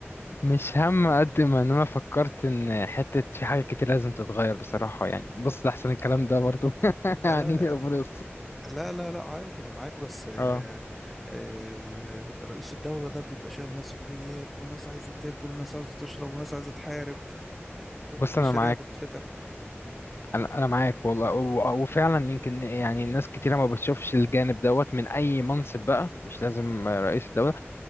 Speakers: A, on the left; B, in the centre.
A: مش هم قد ما إن أنا فكرت إن حتة في حاجات كتير لازم تتغير بصراحة يعني بص أحسن الكلام ده برضو <laughs>
B: آه،
A: يعني ربنا يستر
B: لا لا لا عادي انا معاك بس آه
A: اه
B: آه رئيس الدولة ده بيبقى شايل مسؤوليات وناس عايزة تاكل وناس عايزة تشرب وناس عايزة تحارب
A: بص
B: ومشاريع
A: أنا معاك
B: بتفتح م-
A: أنا أنا معاك والله و- وفعلا يمكن يعني ناس كتيرة ما بتشوفش الجانب دوت من أي منصب بقى مش لازم
B: م-
A: رئيس دولة